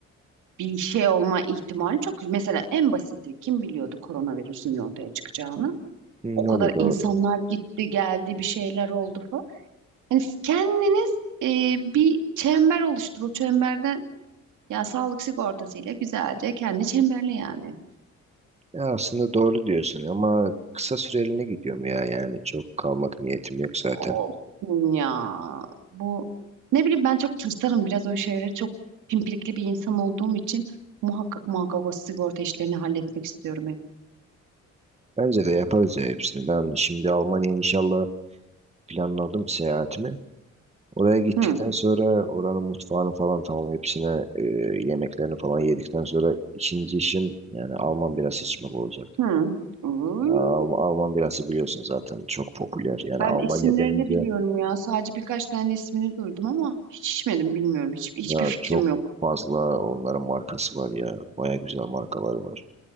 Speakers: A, on the right (about 80°); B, on the right (about 20°).
A: bir şey olma ihtimali çok. Mesela en basiti kim biliyordu koronavirüsün ortaya çıkacağını?
B: Hı,
A: O
B: ne
A: kadar
B: olur doğru.
A: insanlar gitti geldi bir şeyler oldu falan. Yani siz kendiniz e, bir çember oluştur. O çemberde ya sağlık sigortasıyla güzelce kendi çemberli yani.
B: Ya aslında doğru diyorsun ama kısa süreliğine gidiyorum ya yani çok kalmak niyetim yok zaten.
A: Olsun ya. Bu ne bileyim ben çok tırsarım biraz o şeyleri çok pimpirikli bir insan olduğum için muhakkak muhakkak o sigorta işlerini halletmek istiyorum hep.
B: Bence de yaparız ya hepsini. Ben şimdi Almanya'ya inşallah planladım seyahatimi. Oraya gittikten
A: Hı,
B: sonra oranın mutfağını falan tamam hepsine e, yemeklerini falan yedikten sonra ikinci işim yani Alman birası içmek olacak.
A: hı. Uuu.
B: Ya, Al- Alman birası biliyorsun zaten çok popüler. Yani
A: Ben
B: Almanya
A: isimlerini
B: denince
A: biliyorum ya. Sadece birkaç tane ismini duydum ama hiç içmedim bilmiyorum. Hiç, hiçbir
B: ya
A: fikrim
B: çok
A: yok.
B: fazla onların markası var ya. Baya güzel markaları var.